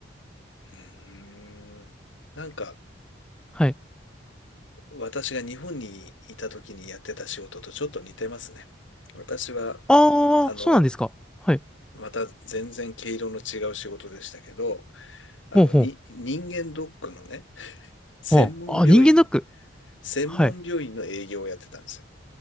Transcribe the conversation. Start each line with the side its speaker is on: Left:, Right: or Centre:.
Left: うーん。なんか、
Centre: はい。
Left: 私が日本にいた時にやってた仕事とちょっと似てますね。私は、
Centre: ああ、
Left: ま、あの、
Centre: そうなんですか。はい。
Left: また全然毛色の違う仕事でしたけど、あの、
Centre: ほうほう。
Left: に、人間ドックのね、専門病院、
Centre: ほう。あ、人間ドック。
Left: 専門病院の営業をやってたんですよ。
Centre: はい。